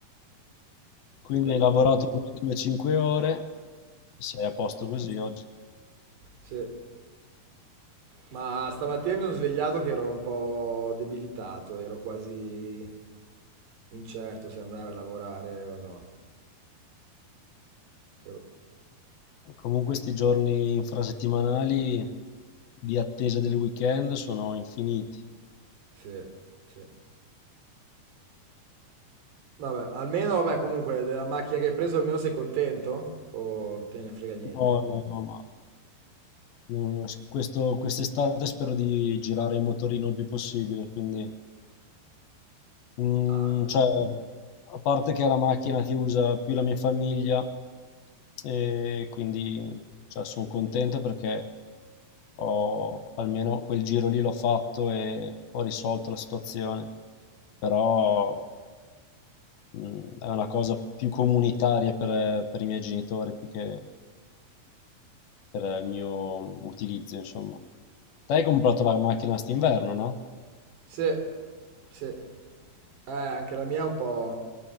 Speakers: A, on the left; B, on the right.
A: Quindi
B: il peggio.
A: hai lavorato quelle tue 5 ore, sei a posto così oggi.
B: Sì. Ma stamattina mi sono svegliato che ero un po' debilitato, ero quasi incerto se andare a lavorare o no. Ero-
A: Comunque questi giorni infrasettimanali di attesa del weekend sono infiniti.
B: Sì, sì. Vabbè, almeno, vabbè, comunque, della macchina che hai preso almeno sei contento? O te ne frega niente?
A: No, no, no, ma no, questo- quest'estate spero di girare in motorino il più possibile, quindi Mm,
B: Ah, beh,
A: cioè,
B: sì.
A: a parte che è la macchina che usa più la mia famiglia, e quindi sono contento perché ho almeno quel giro lì l'ho fatto e ho risolto la situazione. Però mh, è una cosa più comunitaria per, per i miei genitori più che per il mio utilizzo, insomma. Te hai comprato la macchina st'inverno, no?
B: Sì, sì. Eh, anche la mia è un po'